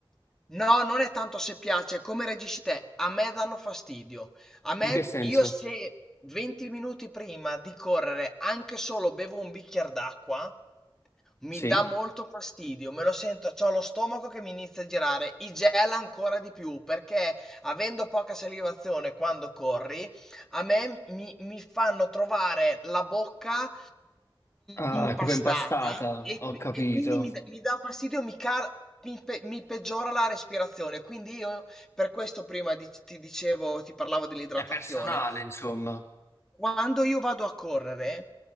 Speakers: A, in the centre; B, on the left.
A: No, non è tanto se piace, è come reagisci te. A me danno fastidio. A me,
B: In che senso?
A: io se 20 minuti prima di correre anche solo bevo un bicchiere d'acqua, mi
B: Sì.
A: dà molto fastidio, me lo sento, c'ho lo stomaco che mi inizia a girare, i gel ancora di più, perché avendo poca salivazione quando corri, a me mi, mi fanno trovare la bocca
B: Ah,
A: impastata
B: tipo impastata,
A: e,
B: ho
A: qui-
B: capito.
A: e quindi mi, dà mi dà fastidio, mi, cal- mi pe- mi peggiora la respirazione. Quindi io per questo prima di- ti dicevo, ti parlavo dell'idratazione.
B: È personale, insomma.
A: Quando io vado a correre,